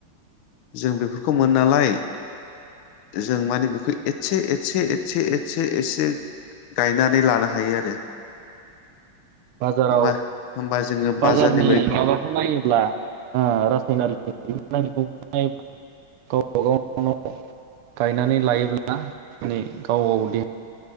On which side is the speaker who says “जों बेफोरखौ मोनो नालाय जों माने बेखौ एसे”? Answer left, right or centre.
Left